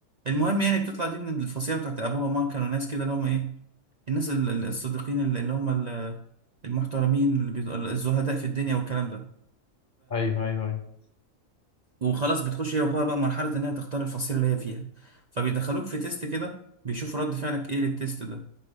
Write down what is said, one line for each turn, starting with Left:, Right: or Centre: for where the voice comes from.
Right: المهم يعني بتطلع دي من الفصيله بتاعت ابوها وماما كانوا ناس كده اللي هم ايه الناس ال- ال- الصادقين اللي اللي هم ال- المحترمين اللي بيت- الزهداء في الدنيا والكلام ده
Left: ايوه ايوه ايوه
Right: وخلاص بتخش هي واخوها بقى مرحلة إن هي تختار الفصيلة اللي هي فيها فبيدخلوك في تيست كده بيشوفوا رد فعلك إيه للتيست ده